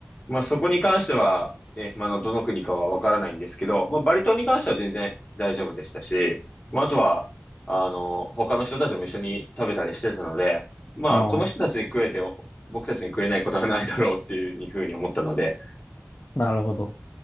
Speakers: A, on the left (about 30°); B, on the left (about 55°).
A: まあ、そこに関しては、ね、まあ、あのどの国かはわからないんですけど、まあ、バリ島に関しては全然大丈夫でしたし、まあ、あとは、あの、他の人たちも一緒に食べたりしてたので、まあ、
B: あー
A: この人たちに食えて、僕たちに食えないことはないだろうっていうふうに思ったので、
B: なるほど。